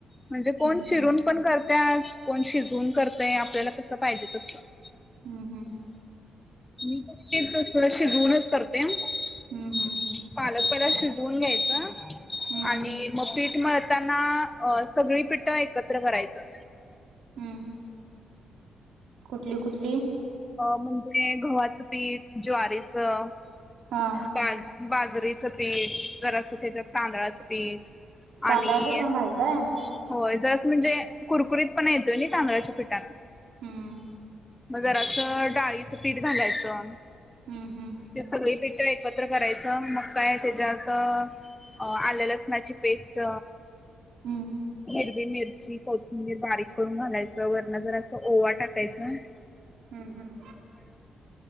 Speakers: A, on the left; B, on the right.
A: म्हणजे कोण
B: हम्म
A: चिरून- पण करत्यात कोण शिजवून करतयं आपल्याला कसं पाहिजे तसं.
B: हम्म्म
A: मी पण थोडं शिजवूनच करत्या <unintelligible>
B: हम्म हम्म
A: पालक पहिला शिजवून घ्यायचं
B: हम्म
A: आणि- मग पीठ मळताना अ सगळी पीठं एकत्र करायचं.
B: हूं कुठली कुठली?
A: अ म्हणजे गव्हाचं पीठ, ज्वारीचं,
B: हा
A: बाज बाजरीचं पीठ जरासं सुट्ट तादंळाचं पीठ
B: तांदळाचं
A: आणि-
B: पण घालताय
A: होय जरासं म्हणजे कुरकुरीत पणा येतोय नही तांदळाच्या पिठानं.
B: हम्म
A: मग जरासं डाळीचं पीठ घालायचं.
B: हम्म हम्म
A: ते सगळी पिठ एकत्र करायचं मग काय त्याच्या असं- अ आलं लसणाची पेस्ट-
B: हम्म,
A: हिरवी मिरची, कोथिंबीर बारीक करून घालायचं, वरन जर असं ओवा टाकायचं. <inaudible>
B: हम्म हम्म.